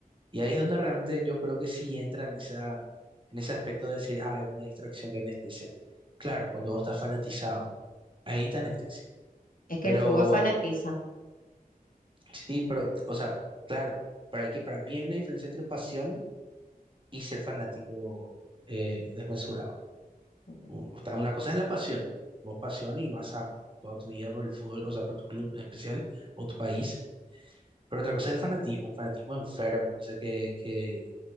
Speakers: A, on the right; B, on the left.
A: Y ahí es donde realmente yo creo que sí entra en esa, en ese aspecto de decir, ah, es una distracción que anestesia. Claro, cuando vos estás fanatizado, ahí te anestesia.
B: Es que
A: Pero
B: el fútbol fanatiza.
A: cu- sí, pero, o sea, claro, para, que, para mí hay una diferencia entre pasión y ser fanático eh, desmesurado.
B: Mm,
A: u- o sea, una cosa es la pasión, vos pasión y vas a toda tu vida por el fútbol, o sea, por tu club en especial o tu país, pero otra cosa es el fanatismo, el fanatismo enfermo, o sea, que, que